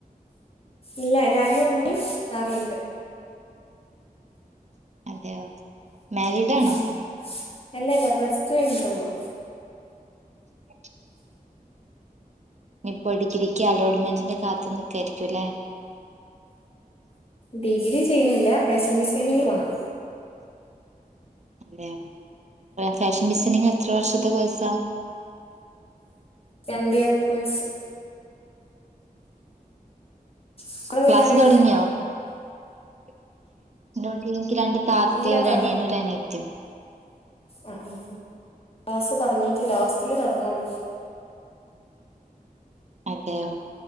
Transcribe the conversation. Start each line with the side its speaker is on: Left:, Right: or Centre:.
Left: ഇല്ല ഞാനും ഉമ്മയും താറിയുണ്ട്
Right: അദ്യോ മാരിടാണോ
Left: ഉം അല്ല അല്ല പ്ലസ് ടു കഴിഞ്ഞിട്ടൊള്ളു
Right: ഉ ഇനിപ്പോൊ ഡിഗ്രിക്ക് അലോട്ട്മെന്റിന്കാത്ത് നിക്കായിരിക്കും ല
Left: ഡിഗ്രി ചെയ്ന്നില്ല േഫഷൻ ഡിസൈനി ങ്ങ് ന്പോണം
Right: തെ ഫാഷൻ ഡിസൈനിങ് എത്ര വർഷത്തെ കോയ്സാ
Left: എൻ ഡി ആർ പോയിസ് നിങ്ങളെ
Right: ക്ലാസ്സ്
Left: വീട്ടിലാരൊക്കെയുണ്ട്
Right: തുടങ്ങിയോ <unintelligible> നിക്ക് രണ്ട് താത്തീം
Left: ഇല്ല
Right: ഒരു
Left: തൊട
Right: അനിയനും ഒരു അനിയത്തി
Left: ആ ആ ക്ലാസ്സ് തൊടങ്ങീട്ടില്ല ഓഗസ്റ്റിലെ തൊടങ്ങള്ളൂ
Right: അതെയോ